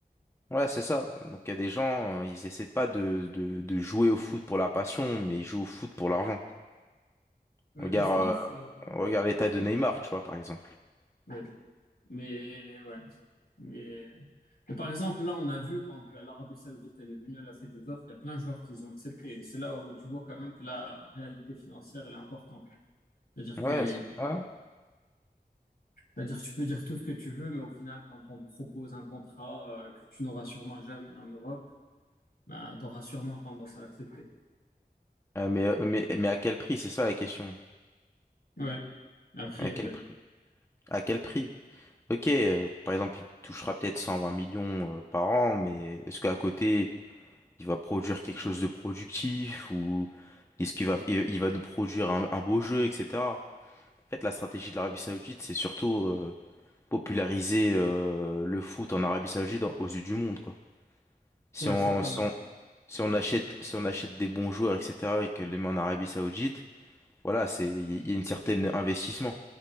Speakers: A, on the left (about 15°); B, on the left (about 70°).
A: Ouais, c'est ça. Donc, il y a des gens, euh, ils essaient pas de, de, de jouer au foot pour la passion, mais ils jouent au foot pour l'argent.
B: Ouais,
A: Regarde,
B: mais je pense, euh,
A: euh,
B: ouais,
A: regarde l'état de Neymar, tu vois, par exemple.
B: ouais. mais ouais, mais, mais par exemple, là, on a vu quand euh, l'Arabie Saoudite elle est venue, elle a fait des offres, il y a plein de joueurs qui les ont accepté. C'est là où tu vois quand même que la réalité financière, elle est importante. C'est-à-dire
A: Ouais,
B: que les,
A: c'est- ah.
B: c'est-à-dire que tu peux dire tout ce que tu veux, mais au final, quand on te propose un contrat euh, que tu n'auras sûrement jamais en Europe, ben, t'auras sûrement tendance à l'accepter.
A: Euh, mais, euh, mais, mais à quel prix? C'est ça la question.
B: Ouais, Après,
A: À quel
B: ouais.
A: prix? À quel prix? Ok, euh, par exemple, il touchera peut-être 120 millions euh, par an, mais est-ce qu'à côté, il va produire quelque chose de productif ou est-ce qu'il va, il, il va nous produire un, un beau jeu, etc. En fait, la stratégie de l'Arabie Saoudite, c'est surtout euh, populariser euh, le foot en Arabie Saoudite en- aux yeux du monde, quoi. Si
B: Ouais,
A: on,
B: c'est ça.
A: si on, si on achète, si on achète des bons joueurs, etc., et que les met en Arabie Saoudite, Voilà, c'est il y a une certaine investissement.